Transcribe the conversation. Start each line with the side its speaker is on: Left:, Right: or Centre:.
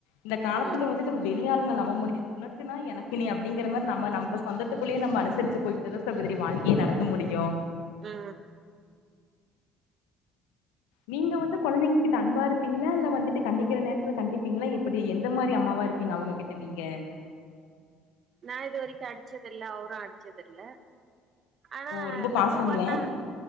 Left: இந்த காலத்துல
Right: ம்
Left: வந்துத்து வெ வெளிஆளுங்க நம்ப முடியாது ஒண்ணு உனக்கு நா எனக்கு நீ அப்டிங்கிற மாரி நம்ம நம்ப சொந்தத்துக்குள்ளயே நம்ம அனுசரிச்சி போயிட்டாதா சகோதரி வாழ்க்கைய நடத்த முடியோ
Right: அ
Left: நீங்க வந்து கொழந்தைங்கக்கிட்ட அன்பா இருப்பீங்களா இல்ல வந்துட்டு கண்டிக்கிற நேரதல கண்டிப்பீங்களா எப்டி எந்த மாரி அம்மாவாக இருப்பீங்க அவுங்க கிட்ட நீங்க
Right: நா இதுவரைக்கு அடிச்சதில்ல அவ்ரோ அ அடிச்சதில்ல ஆனா
Left: ஓ ரொம்ப
Right: தப்பு
Left: பாசங்களா
Right: பண்ணா